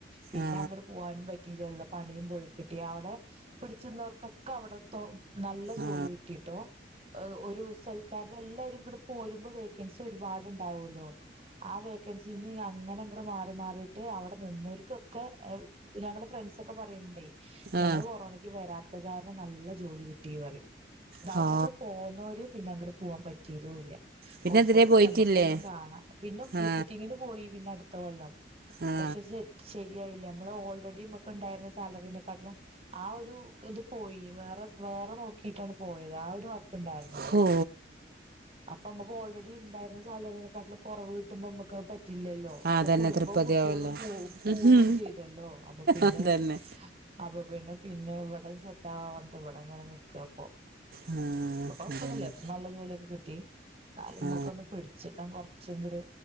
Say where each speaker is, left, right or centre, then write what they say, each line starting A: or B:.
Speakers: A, on the right (about 30°); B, on the right (about 50°).
A: പിന്നെ
B: ആ
A: അങ്ങട് പോവാനും പറ്റില്ല ഇള്ള പണിയും പോയി കിട്ടി അവിടെ പിടിച്ചിരുന്നവർക്കൊക്കെ അവിടത്തെ നല്ല ജോലി
B: ആ
A: കിട്ടിട്ടോ, ഒരു സൽക്കാരന് എല്ലാരും കൂടെ പോരുമ്പോ വേക്കൻസി ഒരുപാട്ണ്ടാവൂല്ലോ. ആ വേക്കൻസിന്ന് ഞാ അങ്ങനെ അങ്ങട് മാറി മാറി അവിടെ നിന്നവർക്കൊക്കെ ഈ ഞങ്ങളടെ ഫ്രണ്ട്സ് ഒക്കെ പറയണ്ടേ ഞങ്ങള്
B: ആ
A: കൊറോണക്ക് വരാ- കാരണം നല്ല ജോലി കിട്ടി പറയും ഇത്
B: ഹോ
A: അവിടുന്ന് അങ്ങട് പോന്നോര് പിന്നെ അങ്ങട് പോവാൻ പറ്റിയതും ഇല്ല്യ
B: പിന്നെ
A: കൊഴപ്പൊന്നുമില്ല
B: ഇതിരെ പോയിട്ടില്ലേ
A: നമക്കെന്നും കാണാം പിന്നെ വിസിറ്റിങ്ങിന്
B: ആ
A: പോയി പിന്നെ അടു- എത്ര കൊല്ലം
B: ആ
A: പക്ഷെ ശരിയായില്ല നമ്മള് ഓൾറെഡി നമക്ക് ഉണ്ടായിരുന്ന സാലറിനെക്കാട്ടിലും ആ ഒരു ഇത് പോയി വേറെ വേറെ നോക്കിയിട്ടാണ് പോയത് ആ ഒരു ണ്ടായിർന്നില്ല
B: ഹോ
A: അപ്പമ്മക്ക് ഓൾറെഡി ഇണ്ടായിരുന്ന സാലറിനെക്കട്ടിലിൽ കൊറവ് കിട്ടുമ്പോ മക്ക പറ്റി റ്റില്ലല്ലോ
B: ആ
A: ഇപ്പൊ
B: അതന്നെ
A: കുടുംബവും
B: തൃപതി
A: കു കുട്ടികളും
B: ആവല്ലോ
A: കൂടും
B: ഉഹും.
A: ചെയ്തല്ലോഅപ്പൊ പിന്നെ
B: അതന്നെ
A: അപ്പൊ പിന്നെ പിന്നെ ഇവിടെ സെറ്റാവാ പറഞ്ഞിട്ട് ഇവിടെ ഇങ്ങനെ നിക്ക അപ്പൊ
B: ആ
A: കൊഴപ്പൊന്നുമില്ല
B: അതന്നെ
A: നല്ല ജോലിയൊക്കെ കിട്ടി എന്നാലുംക്കെ
B: ആ
A: ഒന്ന് പിടിച്ക്ക കൊ ച് ങ്ങട്